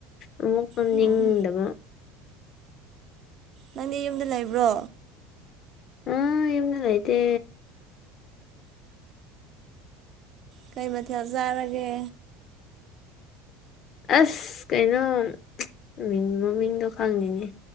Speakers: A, on the left (about 30°); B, on the right (about 30°).
A: ꯑꯃꯨꯛ ꯇꯨꯝꯅꯤꯡꯗꯕ
B: ꯎꯝ ꯅꯪꯗꯤ ꯌꯨꯝꯗ ꯂꯩꯕ꯭ꯔꯣ
A: ꯑꯥ ꯌꯨꯝꯗ ꯂꯩꯇꯦ
B: ꯀꯩ ꯃꯊꯦꯜ ꯆꯥꯔꯒꯦ
A: ꯑꯁ ꯀꯩꯅꯣꯝ ꯆꯞ ꯃꯤꯡ ꯃꯃꯤꯡꯗꯣ ꯈꯪꯗꯦꯅꯦ